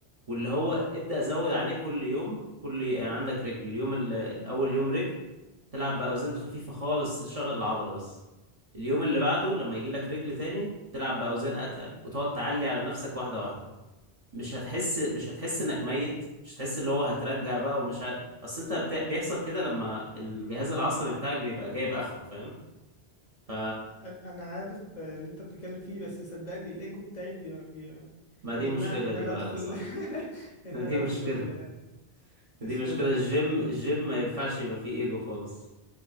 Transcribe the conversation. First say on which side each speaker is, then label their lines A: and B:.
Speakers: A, on the right; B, on the left.
A: واللي هو ابدأ زود عليه كل يوم كل يعني عندك رجل اليوم ال- أول يوم رجل تلعب باوزان خفيفه خالص تشغل العضله بس اليوم اللي بعده لما يجي لك رجل تاني تلعب باوزان اتقل وتقعد تعلي على نفسك واحده واحده مش هتحس مش هتحس انك ميت مش هتحس اللي هو هترجع بقى ومش ه... اصل انت بت... بيحصل كده لما الجهاز العصبي بتاعك بيبقى جايب اخره فاهم ف
B: انا أنا عارف اللي انت بتتكلم فيه بس صدقني الايجو بتاعي بي... بي...
A: ما دي
B: بيمنعني
A: مشكله
B: ان
A: دي
B: انا
A: بقى
B: ادخل
A: يا صاحبي
B: <laughs>
A: <laughs>
B: ان
A: ما
B: انا
A: دي مشكله
B: ادخل
A: دي
B: اسمه
A: مشكله
B: ده
A: الجيم الجيم ما ينفعش يبقى فيه ايجو خالص